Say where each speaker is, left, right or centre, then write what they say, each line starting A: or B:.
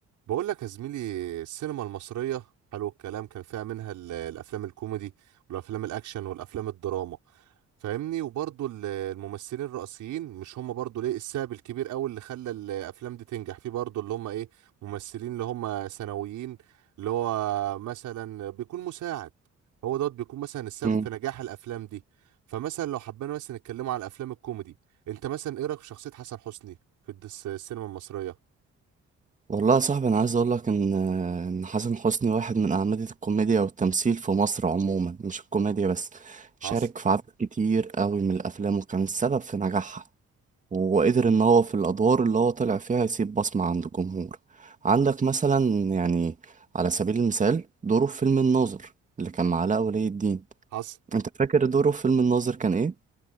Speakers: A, on the right; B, on the right.
A: بقول لك يا زميلي السينما المصرية حلو الكلام كان فيها منها ال- الأفلام الكوميدي والأفلام الأكشن والأفلام الدراما فاهمني وبرضه ال- الممثلين الرئيسيين مش هم برضه ليه السبب الكبير أوي اللي خلى الأفلام دي تنجح في برضه اللي هم إيه ممثلين اللي هم ثانويين اللي هو مثلا بيكون مساعد هو دوت بيكون مثلا السبب
B: مم.
A: في نجاح الأفلام دي فمثلا لو حبينا مثلا نتكلموا على الأفلام الكوميدي أنت مثلا إيه رأيك في شخصية حسن حسني في الدس- السينما المصرية؟
B: والله يا صاحبي انا عايز اقول لك ان ان حسن حسني واحد من اعمدة الكوميديا والتمثيل في مصر عموما مش الكوميديا بس
A: حصل
B: شارك في عدد كتير قوي من الافلام وكان السبب في نجاحها وقدر ان هو في الادوار اللي هو طلع فيها يسيب بصمة عند الجمهور عندك مثلا يعني على سبيل المثال دوره في فيلم الناظر اللي كان مع علاء ولي الدين
A: حصل
B: انت فاكر دوره في فيلم الناظر كان ايه؟